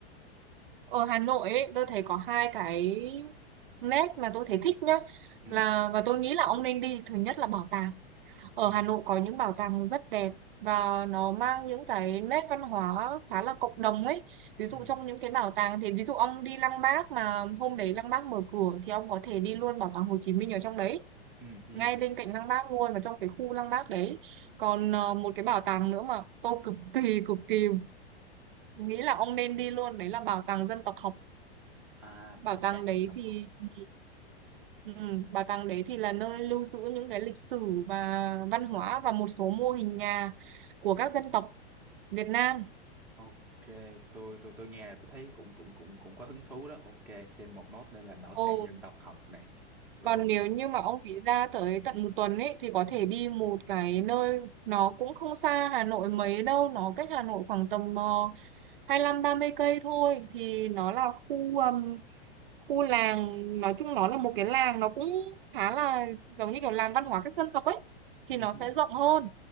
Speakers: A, on the right (about 55°); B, in the centre.
A: ở Hà Nội ấy, tôi thấy có hai cái nét mà tôi thấy thích nhá
B: Ừ.
A: là và tôi nghĩ là ông nên đi thứ nhất là bảo tàng Ở
B: Ừ.
A: Hà Nội có những bảo tàng rất đẹp và nó mang những cái nét văn hóa khá là cộng đồng ấy. Ví dụ
B: Ừ.
A: trong những cái bảo tàng thì ví dụ ông đi Lăng Bác mà hôm đấy Lăng Bác mở cửa thì ông có thể đi luôn bảo tàng Hồ Chí Minh ở trong đấy,
B: Ừ. ừ.
A: ngay bên cạnh Lăng Bác luôn và trong cái khu Lăng Bác đấy. Còn ờ, một cái bảo tàng nữa mà tôi cực kỳ cực kỳ nghĩ là ông nên đi luôn, đấy là bảo tàng dân tộc học
B: À bảo
A: Bảo tàng
B: tàng
A: đấy
B: dân tộc
A: thì
B: học.
A: ừ, ừ, bảo tàng đấy thì là nơi lưu giữ những cái lịch sử và văn hóa và một số mô hình nhà của các dân tộc Việt Nam.
B: Ok, tôi tôi tôi nghe là tôi thấy cũng cũng cũng cũng có hứng thú đó. Ok, thêm một nốt nữa là bảo
A: Ồ,
B: tàng dân tộc học này. Rồi.
A: còn nếu
B: rồi.
A: như mà ông phí ra tới tận một tuần ấy thì có
B: Ừ.
A: thể đi một cái nơi nó cũng không xa Hà Nội mấy đâu, nó cách Hà Nội khoảng tầm uh, hai lăm ba mươi cây thôi thì nó là khu khu làng nói chung nó là một cái làng nó cũng khá là giống như kiểu làng văn hóa các dân tộc ấy
B: Ừ.
A: thì nó
B: hứ.
A: sẽ rộng hơn